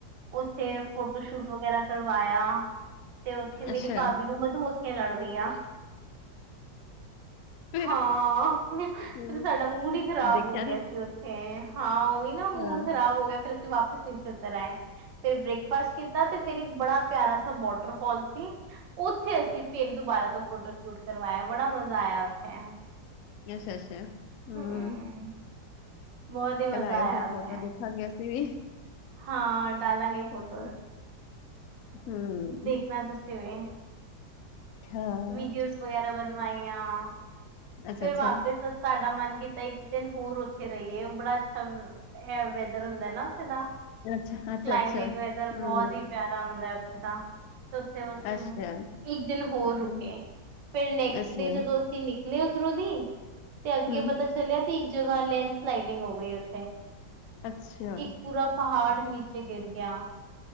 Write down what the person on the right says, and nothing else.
ਉੱਥੇ ਫੋਟੋ ਸ਼ੂਟ ਵਗੈਰਾ ਕਰਵਾਇਆ। ਤੇ ਉੱਥੇ
ਮੇਰੀ ਭਾਬੀ ਨੂੰ ਮਧੂਮੱਖੀਆਂ ਲੜ ਗਈਆਂ।
ਹਾਂ। ਫੇਰ
ਸਾਡਾ ਮੂਡ ਹੀ ਖ਼ਰਾਬ
ਹੋ ਗਿਆ
ਉੱਥੇ ਹਾਂ। ਉਹੀ ਨਾ ਮੂਡ
ਖ਼ਰਾਬ ਹੋ ਗਿਆ। ਫੇਰ ਅਸੀਂ ਵਾਪਿਸ ਨੀਚੇ ਉਤਰ ਆਏ। ਫਿਰ ਬ੍ਰੇਕਫਾਸਟ ਕੀਤਾ। ਤੇ ਫੇਰ ਇੱਕ ਬੜਾ ਪਿਆਰਾ ਵਾਟਰਫਾਲ ਸੀ। ਉੱਥੇ ਅਸੀਂ ਫੇਰ ਦੁਬਾਰਾ ਤੋਂ ਫੋਟੋ ਸ਼ੂਟ ਕਰਵਾਇਆ। ਬੜਾ ਮਜ਼ਾ ਆਇਆ ਉੱਥੇ।
ਹੂੰ ਬਹੁਤ ਹੀ ਮਜ਼ਾ
ਆਇਆ
ਉੱਥੇ
ਹਾਂ। ਡਾਲਾਂਗੇ
ਫੋਟੋਜ਼।
ਦੇਖਣਾ ਤਾਂ ਸੇਵੇਂ।
ਵੀਡੀਓਜ਼ ਵਗੈਰਾ ਬਣਵਾਈਆਂ।
ਫਿਰ ਵਾਪਿਸ ਸਾਡਾ ਮਨ ਕੀਤਾ ਇੱਕ ਦਿਨ ਹੋਰ ਉੱਥੇ ਰਹੀਏ। ਬੜਾ ਅੱਛਾ ਵੈਦਰ ਹੁੰਦਾ ਨਾ ਉੱਥੇ ਦਾ। ਕਲਾਈਮੇਟ
ਵੈਦਰ
ਬਹੁਤ ਹੀ ਪਿਆਰਾ ਹੁੰਦਾ ਉੱਥੇ ਦਾ। ਉੱਥੇ ਬਸ
ਇੱਕ ਦਿਨ ਹੋਰ ਰੁਕੇ।
ਫੇਰ ਨੈਕਸਟ
ਡੇ ਜਦੋਂ ਨਿਕਲੇ ਉੱਧਰੋਂ ਦੀ ਤੇ ਅੱਗੇ
ਪਤਾ ਚਲਿਆ ਤੇ ਇੱਕ ਜਗ੍ਹਾ ਲੈਂਡ ਸਲਾਈਡਿੰਗ ਹੋ ਗਈ ਉਥੇ।
ਇੱਕ ਪੂਰਾ ਪਹਾੜ ਨੀਚੇ ਗਿਰ ਗਿਆ।